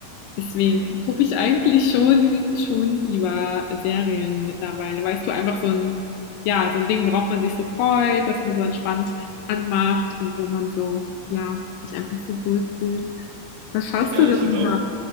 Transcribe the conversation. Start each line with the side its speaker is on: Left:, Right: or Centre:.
Left: Deswegen
Right: Mhm.
Left: gucke ich eigentlich schon schon lieber Serien mittlerweile, Weißt du einfach so ein ja, so ein Ding, worauf man sich so freut, was man so entspannt anmacht und wo man so ja, sich einfach so wohlfühlt. Was schaust
Right: Ja,
Left: du denn
Right: ich finde auch
Left: da?